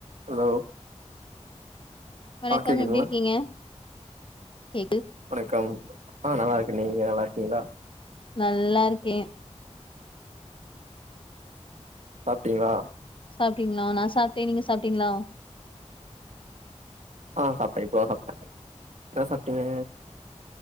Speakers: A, on the right; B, on the left.
A: ஹலோ
B: வணக்கம்
A: ஆ கேக்குதுங்களா
B: எப்படி இருக்கீங்க கேக்கு
A: வணக்கம். ஆஹ நல்லா இருக்கே நீங்க நல்லா இருக்கீங்களா.
B: நல்லா இருக்கே.
A: சாப்டிங்களா.
B: சாப்பிட்டீங்களா நா சாப்ட்ட நீங்க சாப்பிட்டீங்களா.
A: ஆ சாப்பிட்ட இப்போதா சாப்பிட்ட. என்ன சாப்பிட்டீங்க.